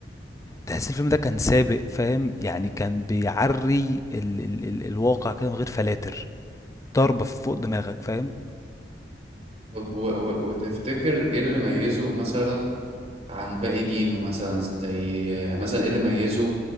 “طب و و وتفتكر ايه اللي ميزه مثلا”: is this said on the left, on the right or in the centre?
Right